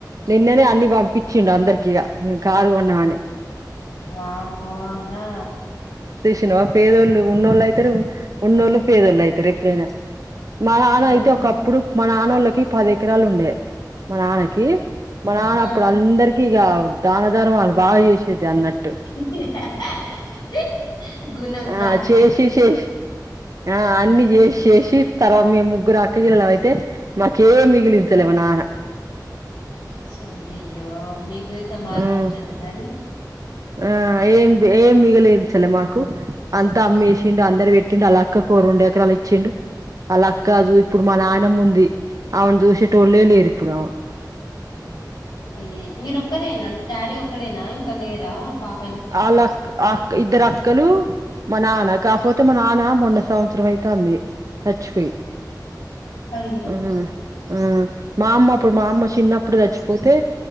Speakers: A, on the right; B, on the left.
A: నిన్నేనే అన్ని పంపించిండు అందరికిీగా మేము కారు కొన్నామని
B: వామ్మో ఆ
A: సుశీనవ పేదోళ్ళు ఉన్నోళ్ళు అయితరు ఉన్నోళ్ళు పేదోళ్ళు అవుతారు ఎప్పుడైనా మా నాన్న
B: ఏం
A: అయితే
B: బుర్ర
A: ఒకప్పుడు మా నాన్నోళ్ళకి పది ఎకరాలు ఉండే మా నాన్నకి మా నాన్న
B: ఆ
A: అప్పుడు అంద ఇక దాన ధర్మాలు బాగా చేసేది అన్నట్
B: <unintelligible>
A: ఆ
B: జారే
A: చేేసి చేసి ఆ అన్ని చేసి చేసి తర్వా మేము ముగ్గురు అక్కచెల్లలం అయితే మాకే మిగిలిస్థలే నాన్న
B: అచ్చ అయ్యయ్యో మీ కోసం ఆలోచించిద్ద
A: ఆ
B: మరి
A: ఆ ఏం ఏం మిగలించలే మాకు అంతా అమ్మేసిండు అందరు పెట్టిండు ఆలక్కకు ఒ రెండు ఎకరాలు ఇచ్చిండు అలాక్క కా జు ఇప్పుడు మా నాయనమ్మ ఉంది ఆమెను చూసేటోళ్ళలే లేరు ఇప్పుడు ఆమ
B: అయ్య మీరోక్కరేనా అంటే డాడీ ఒక్కడేనా ఇంకా లేరా బాబా
A: ఆలక్ ఆ ఇద్దరు అక్కలు మా నాన్న కాకపోతే మా నాన్న మొన్న సంవత్సరం అయితే ఉంది సచ్చిపోయి
B: అయ్యో
A: ఉ ఆ మా అమ్మ అప్పుడు మా అమ్మ చిన్నప్పుడు చచ్చిపోతే